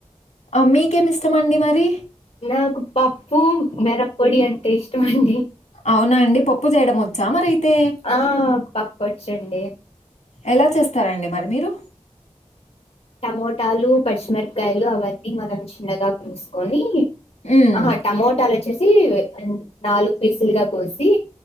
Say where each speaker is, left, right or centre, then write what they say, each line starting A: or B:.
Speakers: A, on the left (about 80°); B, on the left (about 60°).
A: ఆ మీకేమి ఇష్టమండి మరి
B: నాకు పప్పు మెరపొడి అంటే ఇష్టమండి
A: అవునాండి పప్పు చేయడం వచ్చా మరి అయితే
B: ఆ పప్పొచ్చండి
A: ఎలా చేస్తారండి మరి మీరు
B: టమోటాలు పచ్చిమిరపకాయలు అవన్నీ మనం చిన్నగా కోసుకొని
A: హ్మ్.
B: ఆహ టమోటాలు వచ్చేసి నాలుగు పీసులుగా కోసి